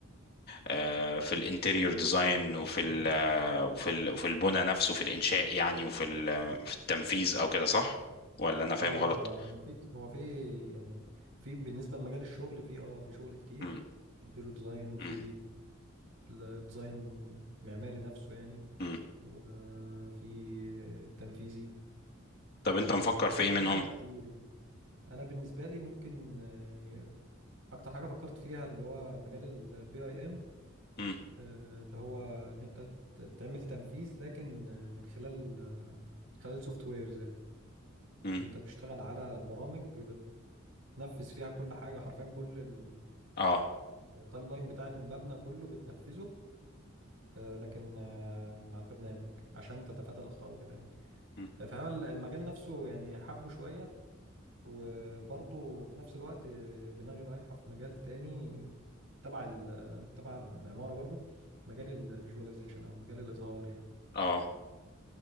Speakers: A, on the left (about 50°); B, on the right (about 75°).
A: آه، في الانتريور ديزاين وفي ال آه، وفي ال وفي البنى نفسه في الانشاء يعني وفي ال- آه، في التنفيذ او كده صح ولا انا فاهم
B: ايوه
A: غلط
B: هو هو في هو في يعني في بالنسبه لمجال الشغل في اه في شغل كتير
A: مم.
B: في انتيريور ديزاين وفي
A: مم.
B: الديزاين معماري نفسه يعني
A: مم.
B: وفي تنفيذي
A: طب انت
B: آه،
A: مفكر في
B: في
A: ايه منهم
B: في حاجات كتير يعني انا بالنسبه لي ممكن آه، يعني اكتر حاجه فكرت فيها اللي هو مجال البي اي ام
A: مم.
B: اللي هو ان انت ت- تعمل تنفيذ لكن آه، من خلال آه، خلال سوفت ويرز يعني
A: مم.
B: ان انت بتشتغل على برامج تنفذ فيها كل حاجة حرفيا كل ال-
A: اه
B: التايم لاين بتاع المبنى كله بتنفذه آه، لكن آه، من على البرنامج عشان تتفادى الأخطاء وكده يعني
A: مم.
B: آه، فهو ال- المجال نفسه يعني حبه شوية وبرضه في نفس الوقت آه، دماغي رايحة في مجال تاني تبع ال- تبع العمارة برضه مجال الفيجواليزيشن أو مجال الإظهار يعني
A: اه